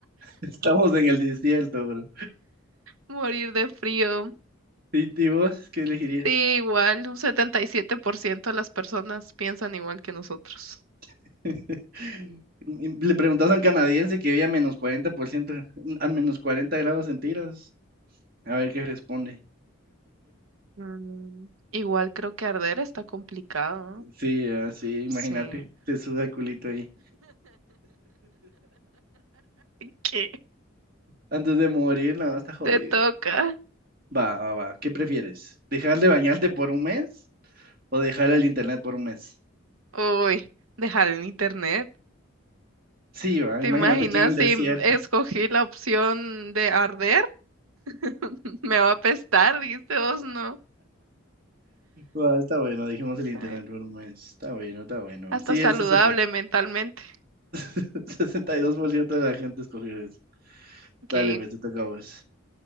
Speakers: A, on the right (about 45°); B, on the right (about 80°).
A: Estamos en el desierto, bro.
B: morir de frío.
A: ¿Y, y vos qué elegirías?
B: Sí, igual, un 77% de las personas piensan igual que nosotros.
A: <laughs> Y Le preguntas a un canadiense que vive a menos 40%, a menos 40 grados centígrados. A ver qué responde.
B: Mm, igual creo que arder está complicado. ¿no?
A: Sí, así, imagínate,
B: Sí.
A: te suda el culito ahí.
B: ¿Qué?
A: Antes de morir, no, está jodido.
B: Te toca.
A: Va, va, va. ¿Qué prefieres? ¿Dejar de bañarte por un mes o dejar el internet por un mes?
B: Uy, dejar el internet.
A: Sí, va.
B: ¿Te
A: Imagínate
B: imaginas
A: aquí en el
B: si
A: desierto.
B: m- escogí la opción de arder? <laughs> Me va a apestar, dice vos, no.
A: Va, está bueno, dijimos el internet
B: Sí.
A: por un mes. Está bueno, está bueno.
B: Hasta
A: Sí,
B: saludable
A: el sesenta,
B: mentalmente.
A: <laughs> 62% de la gente escogió eso.
B: Ok.
A: Dale, pues te toca a vos.